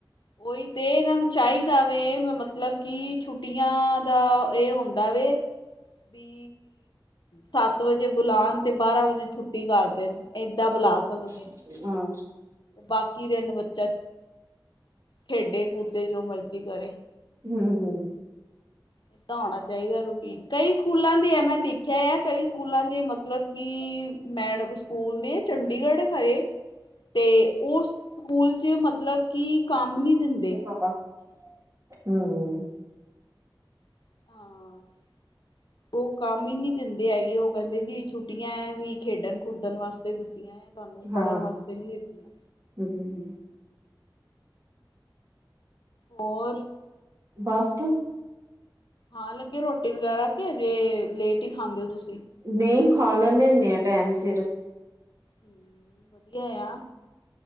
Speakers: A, on the left; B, on the right.
A: ਉਹੀ ਤੇ, ਇਹਨਾਂ ਨੂੰ ਚਾਹੀਦਾ ਵੇ ਮਤਲਬ ਕਿ ਛੁੱਟੀਆਂ ਦਾ ਇਹ ਹੁੰਦਾ ਵੇ ਵੀ ਸੱਤ ਵਜੇ ਬੁਲਾਨ ਤੇ, ਬਾਰਾਂ ਵਜੇ ਛੁੱਟੀ ਕਰ ਦੇਣ। ਏਦਾਂ
B: ਹਾਂ
A: ਬੁਲਾ ਸਕਦੇ,
B: ਹਾਂ
A: ਬਾਕੀ ਦਿਨ ਬੱਚਾ ਖੇਡੇ, ਕੂਦੇ ਜੋ ਮਰਜ਼ੀ ਕਰੇ।
B: ਹਮ -ਹਮ।
A: ਏਦਾਂ ਹੋਣਾ ਚਾਹੀਦਾ ਰੂਟੀਨ, ਕਈ ਸਕੂਲਾਂ ਦੇ ਆ ਮੈਂ ਦੇਖਿ ਆ ਕਈ ਸਕੂਲਾਂ ਦੇ ਮਤਲਬ ਕਿ ਮੈਡਮ ਸਕੂਲ ਦੇ ਚੰਡੀਗੜ੍ਹ ਤੇ ਉਹ ਸਕੂਲ ਚ, ਮਤਲਬ ਕਿ ਕੰਮ ਨੀ ਦਿੰਦੇ।
B: ਪਾਪਾ ਹਮ।
A: ਹਾਂ। ਉਹ ਕੰਮ ਹੀ ਨਹੀਂ ਦਿੰਦੇ ਹੈਗੇ, ਉਹ ਕਹਿੰਦੇ ਜੀ ਛੁੱਟੀਆਂ ਹੈ ਵੀ ਖੇਡਣ ਖੁਦਣ ਵਾਸਤੇ ਦਿੱਤੀਆਂ ਆ ਤੁਹਾਨੂੰ
B: ਹਾਂ
A: ਪੜ੍ਹਨ ਵਾਸਤੇ ਨੀ ਦਿੱਤੀਆਂ।
B: ਹਮ
A: ਹੋਰ?
B: ਬਸ।
A: ਖਾਣ ਲੱਗੇ, ਰੋਟੀ ਵਗੈਰਾ ਕਿ ਅਜੇ ਲੇਟ ਹੀ ਖਾਂਦੇ ਹੋ ਤੁਸੀਂ
B: ਨਹੀਂ, ਖਾ ਲੈਂਦੇ ਹੁੰਦੇ ਆ। ਟਾਈਮ ਸਿਰ।
A: ਹਮ, ਵਧੀਆ ਆ।